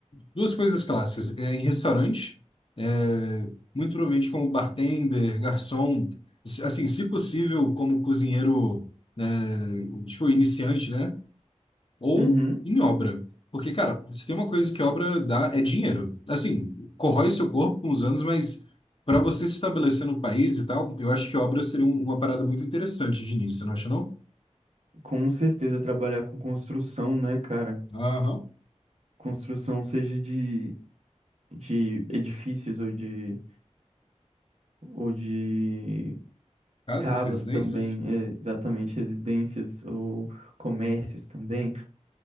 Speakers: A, on the left (about 45°); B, on the right (about 65°).
A: duas coisas clássicas, é, em restaurante, é, muito provavelmente como bartender, garçom, se- assim, se possível, como cozinheiro, né, tipo, iniciante, né? Ou
B: uhum,
A: em obra. Porque, cara, se tem uma coisa que obra dá, é dinheiro. Assim, corrói seu corpo com os anos, mas para você se estabelecer no país e tal, eu acho que obra seria um- uma parada muito interessante de início, não acha, não?
B: com certeza trabalhar com construção, né, cara?
A: Aham.
B: Construção seja de, de edifícios ou de, ou de
A: Casas,
B: casas
A: residências?
B: também, é, exatamente, residências ou comércios também.